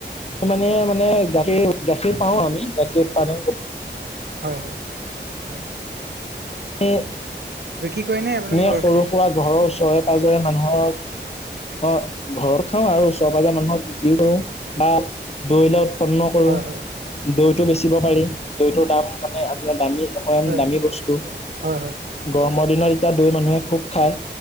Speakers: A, on the left; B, on the right.
A: মানে মানে গাখীৰ গাখীৰ পাও আমি গাখীৰ উৎপাদন কৰো
B: হয় হয় হয়
A: এ
B: বিক্ৰী কৰে নে আপোনালোকে
A: এনে
B: ঘৰত
A: সৰু
B: খায়
A: সুৰা ঘৰৰ ওচৰে পজৰে মানুহৰ অ ঘৰত খাও আৰু ওচৰ পাঁজৰ মানুহক বিক্ৰীও কৰো বা দৰিলা উন্ন কৰো
B: হয় হয়
A: দৈতটো বেচিব পাৰি দৈটোৰ দাম মানে আপোনাৰ দামী অকমান
B: হয়
A: দামী বস্তু
B: হয় হয়
A: গৰমৰ দিনত এতিয়া দুই মানুহে খুব খায়।